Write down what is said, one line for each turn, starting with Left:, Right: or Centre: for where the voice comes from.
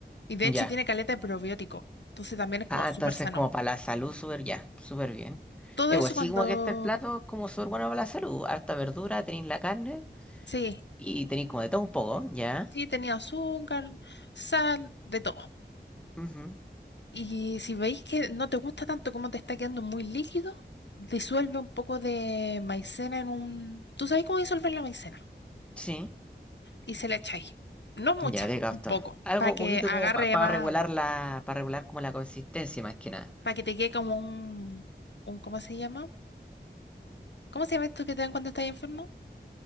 Left: Y de
Centre: Ya.
Left: hecho tiene caleta de probiótico. Entonces también es como
Centre: Ah,
Left: súper
Centre: entonces
Left: sano.
Centre: como para la salud, súper ya, súper bien.
Left: Todo
Centre: Y
Left: eso
Centre: pues
Left: cuando...
Centre: sí, como que este plato es como súper bueno para la salud. Harta verdura, tenéis la carne
Left: Sí,
Centre: y tenéis como de todo un poco, ¿ya?
Left: sí, tenía azúcar, sal, de todo.
Centre: Ujú,
Left: Y si veis que no te gusta tanto como te está quedando muy líquido, disuelve un poco de maicena en un... ¿Tú sabes cómo disolver la maicena?
Centre: Sí.
Left: Y se la echáis. No mucha,
Centre: Ya te capto.
Left: un poco,
Centre: Algo
Left: para que
Centre: poquito
Left: agarre
Centre: como para
Left: más,
Centre: regular la, para regular como la consistencia más que nada.
Left: para que te quede como un, un... ¿Cómo se llama? ¿Cómo se llama esto que te dan cuando estás enfermo?